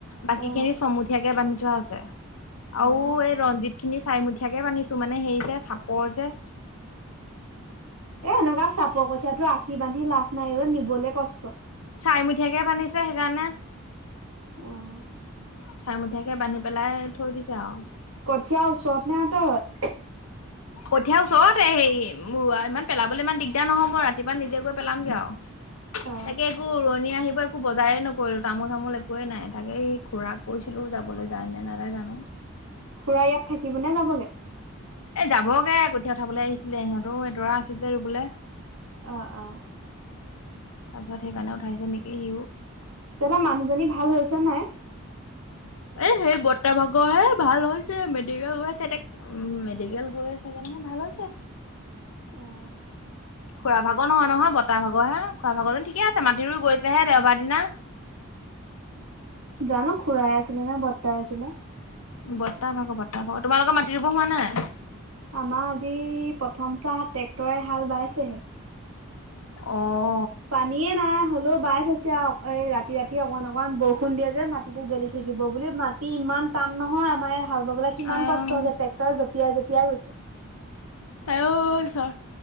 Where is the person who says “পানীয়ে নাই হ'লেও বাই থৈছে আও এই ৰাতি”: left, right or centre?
Right